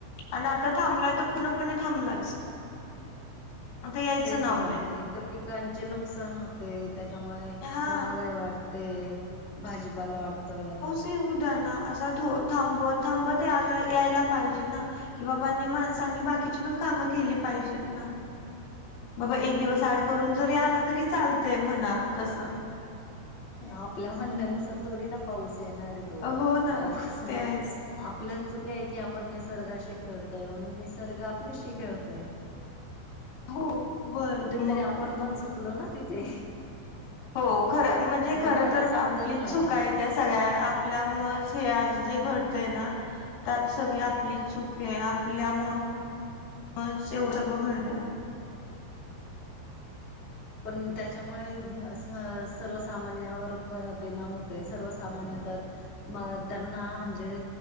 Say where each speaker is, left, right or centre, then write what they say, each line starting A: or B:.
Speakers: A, on the left (about 80°); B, on the left (about 65°).
A: आणि आता थांबलाय त पूर्णपणे थांबलाच. आता यायचं
B: तेच
A: नाव
B: ना
A: नाही
B: एक तर पिकांचे नुकसान होते त्याच्यामुळे
A: हा.
B: महागाई वाढते भाजीपाला वाढतोय.
A: ते हू द्या ना असा थो थांबवत थांबत आला यायला पाहिजे ना. कि बाबांनी माणसांनी बाकीची पण कामं केली पाहिजेत ना. बाबा एक दिवस आड करून जरी आला तरी चालतय म्हणा तसं.
B: आपल्या म्हणण्यानुसार थोडी ना पाऊस येणाराय. तो
A: हो ना
B: पाऊस
A: ते आहेच.
B: आपल्याच चुक्या की आपण निसर्गाशी खेळतोय म्हणून निसर्ग आपल्याशी खेळतोय.
A: हो बर
B: कुठेतरी
A: मग
B: आपण
A: काय.
B: पण चुकलो ना तिथे.
A: हो खरं म्हणजे
B: लोकांना
A: खरं तर
B: समजत
A: आपलीच
B: नाही
A: चुक हाय त्या सगळ्या आपल्यामूळचं हे आज जे घडतय ना त्यात सगळी आपलीच चुक आहे आपल्यामूळचं एवढं सगळं घडतय ना.
B: पण त्याच्यामुळे अ स सर्वसामान्यावर प परिणाम हो तय सर्वसामान्यता म त्यांना म्हणजे